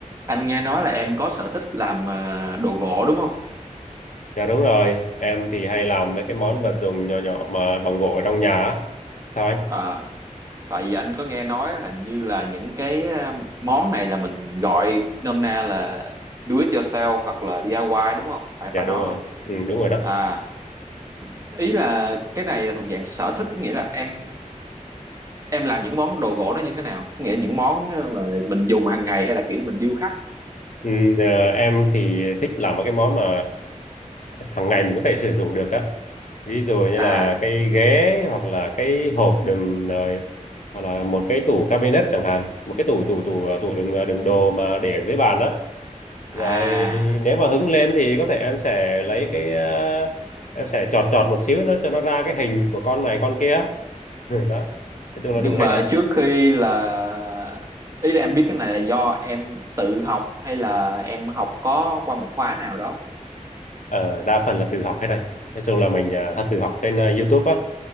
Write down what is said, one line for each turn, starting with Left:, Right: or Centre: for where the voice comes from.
Right: Anh nghe nói là em có sở thích làm ờ, đồ gỗ đúng không?
Left: Dạ đúng rồi, em thì hay làm mấy cái món vật dụng nhỏ nhỏ mà bằng gỗ ở trong nhà á. Sao anh?
Right: À, tại vì anh có nghe nói hình như là những cái ờ, món này là mình gọi nôm na là do it yourself hoặc là DIY đúng không? Phải
Left: Dạ
Right: phải
Left: đúng
Right: nói
Left: rồi,
Right: không?
Left: ừ, đúng rồi đó.
Right: À, ý là cái này là thuộc dạng sở thích, nghĩa là em em làm những món đồ gỗ đó như thế nào? Nghĩa là những món ờ, mà mình dùng hàng ngày hay là kiểu như mình điêu khắc?
Left: Ừ, ờ, em thì thích làm mấy cái món mà hàng ngày mình có thể sử dụng được á. Ví dụ như
Right: À,
Left: là cái ghế hoặc là cái hộp đựng rồi hoặc là một cái tủ cabinet chẳng hạn, một cái tủ tủ tủ ờ, tủ đựng ờ, đựng đồ mà để ở dưới bàn đó. Rồi
Right: à
Left: nếu mà hứng lên thì có thể em sẽ lấy cái ờ, em sẽ chọt chọt một xíu nó cho nó ra cái hình của con này con kia Ừ, đó nói chung
Right: nhưng
Left: là đủ
Right: mà
Left: hết đây
Right: trước khi là ý là em biết cái này là do em tự học hay là em học có qua một khóa nào đó
Left: ờ, đa phần là tự học hết đây nói chung là mình à, tự học trên à, YouTube á